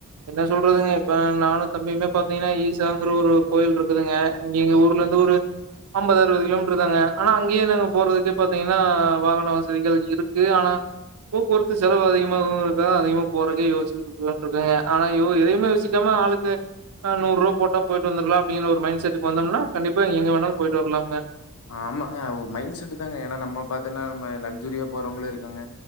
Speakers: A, on the right; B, on the left.
A: என்ன சொல்றதுங்க இப்ப நானும் தம்பியுமே பாத்தீங்கன்னா ஈசாங்கற ஒரு கோயில் இருக்குதுங்க இங்க எங்க ஊர்ல இருந்து ஒரு அம்பது அறுபது கிலோமீட்டர் தாங்க ஆனா அங்கேயே நாங்க போறதுக்கே பாத்தீங்கன்னா வாகன வசதிகள் இருக்கு ஆனா போக்குவரத்து செலவு அதிகமா மா இருக்க அதிகமா போறதுகே யோசச்சுட்டு போல இருக்கெங்க ஆனா யோ எதையுமே யோசிக்காம ஆளுக் நூறு ரூபா போட்ட போயிட்டு வந்துரலாம் அப்படிங்க ஒரு மைண்ட் செட்டுக்கு வந்தோம்னா கண்டிப்பா எங்க வேணாலும் போயிட்டு வர்லாங்க
B: ஆமாங்க மைண்ட் செட் தாங்க ஏன்னா நம்ம பாத்தோம்ன்னா நம்ம லக்சுரியா போறவங்களும் இருக்காங்க